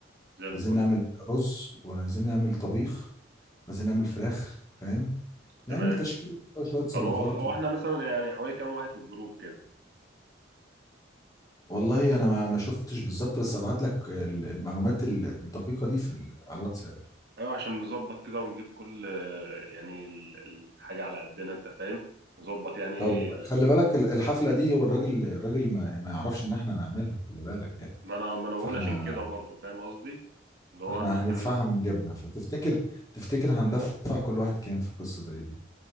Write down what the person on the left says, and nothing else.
عايزين نعمل رز وعايزين نعمل طبيخ وعايزين نعمل فراخ فاهم نعمل
تشكيل كده وشوية سلطات
و...
والله انا ما ما شفتش بالظبط بس ابعت لك ال- المعلومات ال- الدقيقة دي في ال... على الواتساب
طب
خلي بالك ال- الحفلة دي هو الراجل الراجل ما, ما يعرفش ان احنا هنعملها خلي بالك يعني
فاحنا
فاحنا
هندفعها
من جيبنا فتفتكر تفتكر هندفع كل واحد كام في قصة زي دي